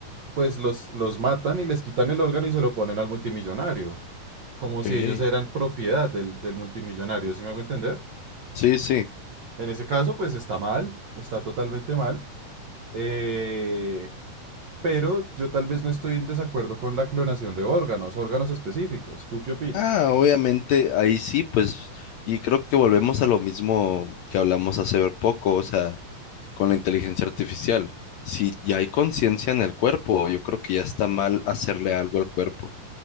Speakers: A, on the right (about 75°); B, on the left (about 80°).
A: pues los, los matan y les quitan el órgano y se lo ponen al multimillonario, como
B: ok.
A: si ellos eran propiedad del, del multimillonario, ¿sí me hago entender?
B: Sí, sí.
A: En ese caso, pues está mal, está totalmente mal, eh, pero yo tal vez no estoy en desacuerdo con la clonación de órganos, órganos específicos. ¿Tú qué opinas?
B: Ah, obviamente ahí sí, pues, y creo que volvemos a lo mismo que hablamos hace poco, o sea, con la inteligencia artificial. Si ya hay conciencia en el cuerpo, yo creo que ya está mal hacerle algo al cuerpo.